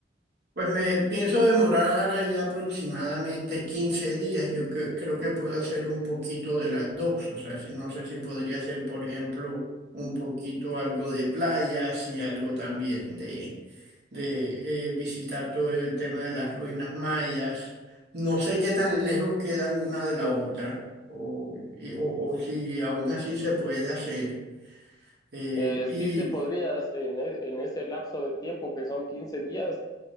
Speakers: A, on the right; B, on the left.
A: Pues me pienso demorar allá aproximadamente 15 días. Yo cre- creo que puedo hacer un poquito de las dos. O sea, si- no sé si podría hacer, por ejemplo, un poquito algo de playas y algo también de, de eh, visitar todo el tema de las ruinas mayas. No sé qué tan lejos quedan una de la otra o, y- o, o si aún así se puede hacer. Eh,
B: Eh,
A: y...
B: sí se podrías en, e- en ese lapso de tiempo que son quince días